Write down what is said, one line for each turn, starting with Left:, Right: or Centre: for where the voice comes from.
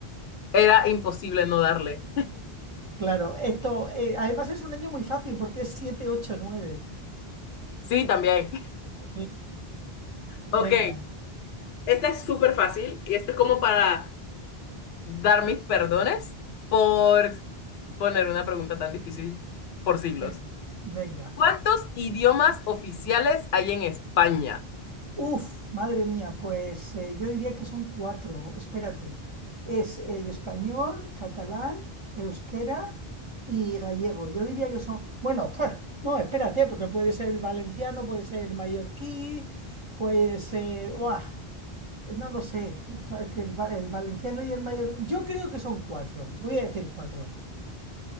Left: era imposible no darle.
Right: Claro, esto, eh, además es un año muy fácil porque es 7, 8, 9.
Left: Sí, también.
Right: Sí,
Left: Ok,
Right: Venga,
Left: esta es súper fácil y esto es como para dar mis perdones por poner una pregunta tan difícil por siglos.
Right: eh, venga.
Left: ¿Cuántos idiomas oficiales hay en España?
Right: Uf, madre mía, pues eh, yo diría que son cuatro. Espérate. Es el español, catalán, euskera y gallego. Yo diría que son, bueno, pues, no, espérate, porque puede ser el valenciano, puede ser el mallorquí, puede ser, ¡buah! No lo sé, es que el, va- el valenciano y el mayor, yo creo que son cuatro, voy a decir cuatro.